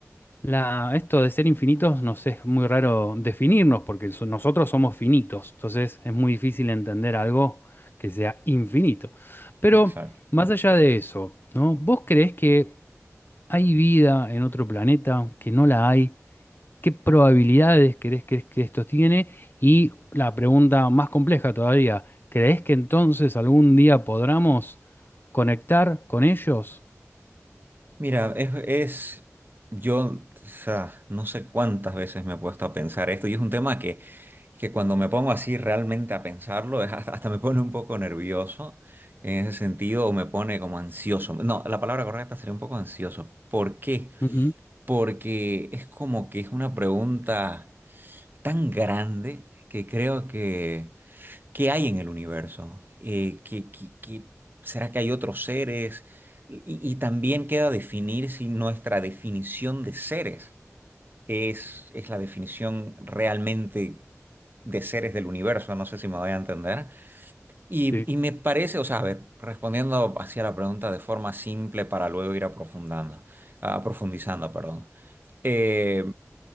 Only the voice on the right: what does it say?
Exacto.
Mira, es, es- yo, o sea, no sé cuántas veces me he puesto a pensar esto y es un tema que, que cuando me pongo así realmente a pensarlo, es hasta, hasta me pone un poco nervioso en ese sentido o me pone como ansioso. No, la palabra correcta sería un poco ansioso. ¿Por qué?
Porque es como que es una pregunta tan grande que creo que... ¿Qué hay en el universo? Eh, ¿qué- qué- qué- será que hay otros seres? Y, y también queda definir si nuestra definición de seres es, es la definición realmente de seres del universo. No sé si me voy a entender. Y,
y me parece, o sea, a ver, respondiendo hacia la pregunta de forma simple para luego ir aprofundando, ah, profundizando, perdón. Eh,